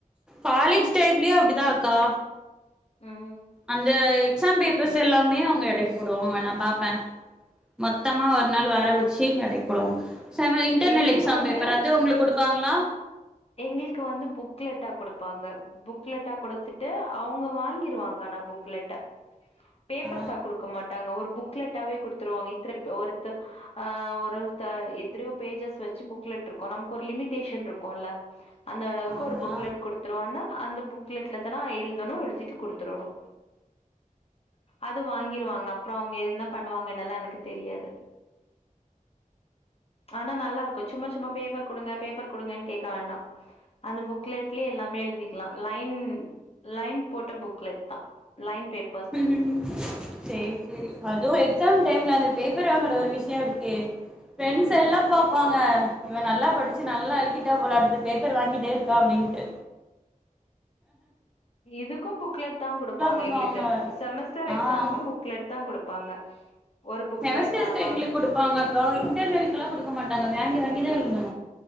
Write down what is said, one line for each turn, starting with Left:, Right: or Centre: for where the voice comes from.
Centre: காலேஜ் டைம்லயும் அப்டிதா ஆக்கா
Left: ம்
Centre: அந்த எக்ஸாம் பேப்பர்ஸ் எல்லாமே அவங்க எடைக்கு போடுவாங்க நா பாப்பே மொத்தமா ஒரு நாள் வர வச்சு எடைக்குபோடுவாங் சோ இன்டர்னல்
Left: எங்களுக்கு
Centre: எக்ஸாம்
Left: வந்து
Centre: பேப்பர் அது உங்களுக்கு குடுப்பாங்களா
Left: எங்களுக்கு வந்து புக்லெட்டா குடுப்பாங்க புக்லெட்டா குடுத்துட்டு அவங்க வாங்கிருவாங்க அனா புக்லெட்டா பேப்பர்ஸ்ஸா
Centre: ஆ
Left: குடுக்க மாட்டாங்க ஒரு புக்லெட்டாவே குடுத்துருவாங்க இத்தன ஒருத்த ஆ ஒருத்த எத்தனையோ பேஜஸ் வச்சு புக்லெட் இருக்கு நமக்கு ஒரு லிமிடேஷன் இருக்குல அந்த அளவுக்கு
Centre: ஆமா
Left: ஒரு புக்லெட் குடுத் அப்புற என்ன அந்த புக்லெட்ல எத்தன எழுதணு எழுதிட்டு கொடுத்தரணு அது வாங்கிருவாங்க அப்ரோ அவங்க என்ன பண்ணுவாங்கன்னலா எனக்கு தெரியாது ஆனா நல்லா இருக்கு சும்மா சும்மா பேப்பர் குடுங்க பேப்பர் குடுங்கன்னு கேட்க வேண்டா அந்த புக்லெட்லயே எல்லாமே எழுதிக் லா லைன் லைன் போட்ட புக் லெட்த்தா லைன் பேப்
Centre: ம் சே சேரி அதுவு எக்ஸாம் டைம்ல அந்த பேப்பர் வாங்குற ஒரு விஷய இருக்கே ஃப்ரெண்ட்ஸ் எல்லா பாப்பாங்க இவ நல்லா படிச்சு நல்லா எழுதிட்டா போல அடுத்து பேப்பர் வாங்கிட்டே இருக்கா அப்படின்ட்டு
Left: இதுக்கும் புக்லெட் தா குடுப்பாங்க
Centre: பண்ணுவாங்க
Left: எங்களுக்கு செமஸ்டர் எக்ஸாமுக்கு
Centre: ஆ
Left: புக்லெட் தா குடுப்பாங்க ஒரு புக்லெட்
Centre: செமஸ்டருக்கு
Left: தான் நம்ம
Centre: எங்களுக்கு குடுப்பாங்கக்கா இன்டர்னல்க்லா குடுக்க மாட்டாங்க வாங்கி வாங்கிதா எழுதனு